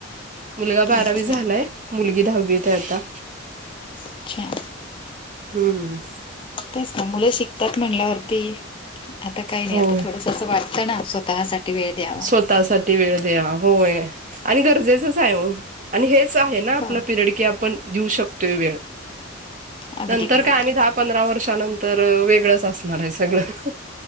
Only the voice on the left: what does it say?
अच्छा
अच्छा.
तेच ना मुलं शिकतात म्हणल्यावरती, आता काही नाही
आता थोडसं तसं वाटतं ना स्वतःसाठी वेळ द्या
हो
अगदी
बरोबर